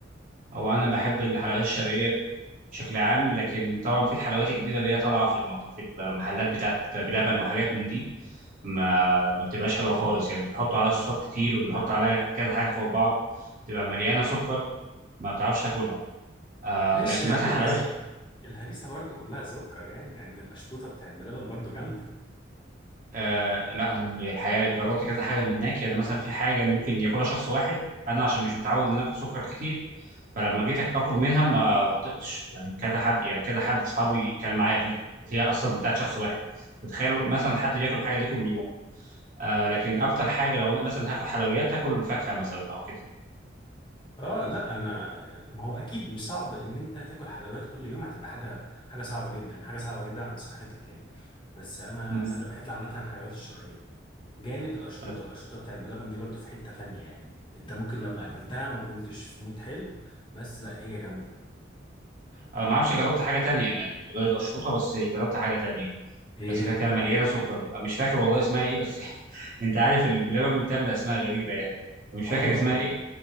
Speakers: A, on the right; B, on the left.
A: او انا بحب الحلويات الشرقيه بشكل عام لكن طبعا في الحلويات الجديده اللي هي طالعه في المط... في المحلات بتاعت بلبن وحاجات من دي ما ما بتبقاش حلوه خالص يعني بيحطوا عليها صوصات كتير وبيحطوا عليها كذا حاجه فوق بعض تبقى مليانه سكر ما بتعرفش تاكلها آه
B: ماشي
A: لكن
B: يا
A: مثلا
B: عم ما
A: حلويات
B: هي الهريسه برضو كلها سكر يعني يعني القشطوطه بتاعت بلبن برضو جامده
A: آه لا انا م- الحقيقه جربت كذا حاجه من هناك يعني مثلا في حاجه ممكن ياكلها شخص واحد انا عشان مش متعود ان أنا اكل سكر كتير فلما جيت اكل منها ما ما طقتش يعني كذا حد يعني كذا حد اصحابي كان معايا فيها اللي هي اصلا بتاعت شخص واحد تتخيل مثلا حد بياكل الحاجه دي كل يوم آه لكن اكتر حاجه لو انا مثلا هاكل حلويات هاكل فاكهه مثلا او كده
B: اه لا انا ما هو اكيد مش صعب ان انت تاكل حلويات كل يوم هتبقى حاجه حاجه صعبه جدا حاجه صعبه جدا على صحتك يعني بس انا
A: مم.
B: انا بحب عامه الحلويات الشرقيه جانب القشطوطة
A: طب
B: القشطوطة بتاعت بلبن دي برضو في حتة تانية يعني انت ممكن لما اكلتها ما كنتش في مود حلو بس لا هي جامدة
A: آه ما اعرفش جربت حاجه تانية يعني غير القشطوطه بس جربت حاجه تانية
B: ايه
A: بس كانت يعني مليانه سكر مش فاكر والله اسمها ايه بس <laughs> انت عارف البلبن بتعمل اسماء غريبه يعني مش
B: اه
A: فاكر
B: اه
A: اسمها ايه